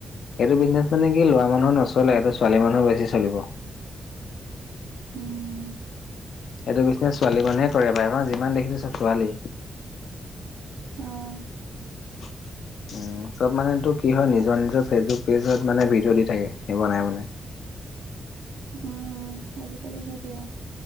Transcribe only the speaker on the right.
উম
অঁ
উম আজিকালি সেইটোৱে আৰু।